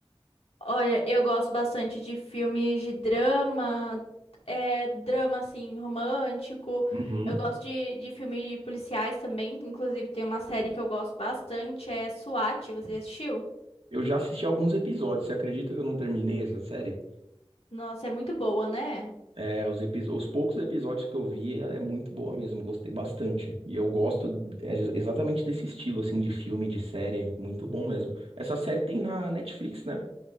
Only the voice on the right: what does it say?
Uhum.
Eu já assisti alguns episódios. Você acredita que eu não terminei essa série?
É, os, epi- os poucos episódios que eu vi é é muito boa mesmo, gostei bastante. E eu gosto é, ex- exatamente desse estilo, assim, de filme, de série, muito bom mesmo. Essa série tem na Netflix, né?